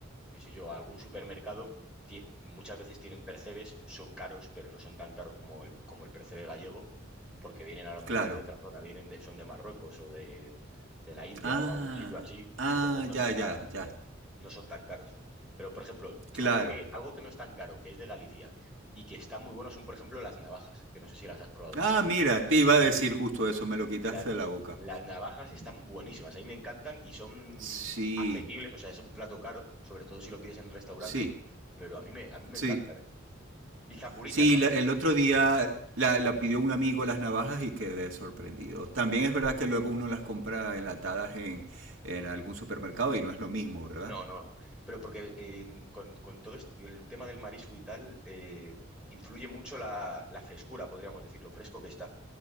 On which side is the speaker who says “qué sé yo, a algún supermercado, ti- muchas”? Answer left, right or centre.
Centre